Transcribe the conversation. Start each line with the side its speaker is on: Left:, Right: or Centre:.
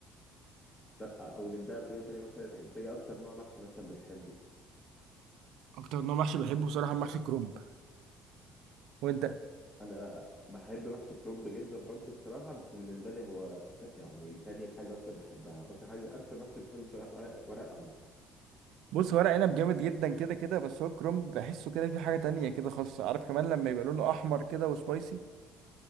Left: ت- أو نبدأ بطريقة تانية مثلا أنت إيه أكتر نوع محشي مثلا بتحبه؟
Right: اكتر نوع محشي بحبه بصراحه محشي كرنب وانت
Left: أنا بحب محشي الكرنب جدا برضه بصراحة بس بالنسبة لي هو ت- يعني تاني حاجة أكتر بحبها أكتر حاجة أكتر محشي بحبه بصراحة ورق ورق العنب
Right: بص ورق عنب جامد جدا كده كده بس هو الكرنب بحسه كده في حاجه تانية كده خاصه عارف كمان لما يبقى لونه احمر كده وسبايسي